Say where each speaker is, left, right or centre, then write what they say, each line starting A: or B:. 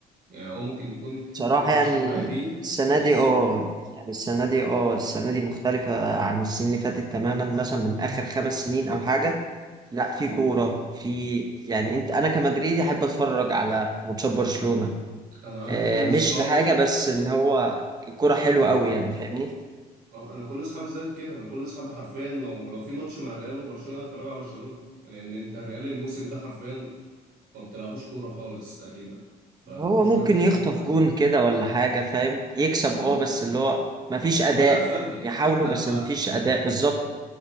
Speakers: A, on the right; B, on the right.
A: يعني او ممكن يكون
B: بصراحة
A: ما كناش
B: يعني
A: مرعبين
B: السنة
A: زي
B: دي
A: السنه
B: اه
A: دي
B: يعني السنة دي اه السنة دي مختلفة عن السنين اللي فاتت تماما مثلا من آخر خمس سنين أو حاجة لا في
A: مم.
B: كورة في يعني انت انا كمدريدي احب اتفرج على ماتشات برشلونة
A: انا عندي
B: آه،
A: كل
B: مش
A: اصحابي
B: لحاجة بس ان هو الكورة حلوة قوي يعني فاهمني
A: اه انا كل اصحابي زي كده انا كل اصحابي حرفيا لو لو في ماتش مع الريال وبرشلونه هتفرجوا على برشلونه لان انت الريال الموسم ده حرفيا ما بتلعبوش كوره خالص تقريبا ففي
B: هو
A: شويه
B: ممكن
A: مشاكل
B: يخطف
A: عندكم
B: جون كده ولا حاجة فاهم يكسب
A: اه
B: اه بس اللي هو مفيش أداء
A: وأداء فردي
B: يحاولوا
A: لا
B: بس
A: وأداء
B: مفيش أداء بالظبط